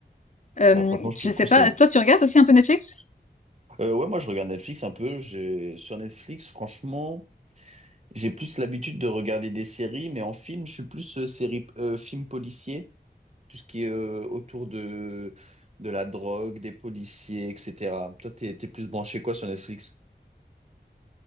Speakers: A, on the left; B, on the right.
A: Euh,
B: Bah, franchement, je
A: je
B: te le
A: sais
B: conseille.
A: pas. Toi, tu regardes aussi un peu Netflix?
B: Euh, ouais, moi, je regarde Netflix un peu. J'ai, sur Netflix, franchement, j'ai plus l'habitude de regarder des séries, mais en film, je suis plus euh, série, euh, film policier. tout ce qui est euh, autour de, de la drogue, des policiers, etc. Toi, t'es, t'es plus branché quoi sur Netflix?